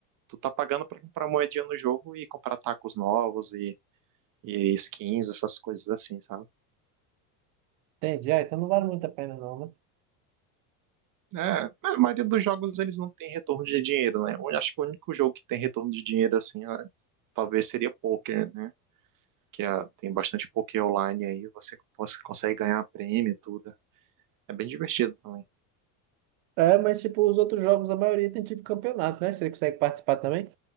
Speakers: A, on the right; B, on the right.
A: Tu tá pagando pra comprar moedinha no jogo e comprar tacos novos e, e skins, essas coisas assim, sabe?
B: Entendi. Ah, então não vale muito a pena, não, né?
A: É, a maioria dos jogos eles não tem retorno de dinheiro, né? Eu acho que o único jogo que tem retorno de dinheiro assim, é, talvez seria poker, né? Que é- tem bastante poker online aí, você, você consegue ganhar prêmio e tudo. É bem divertido também.
B: É, mas tipo, os outros jogos, a maioria tem tipo campeonato, né? Você consegue participar também?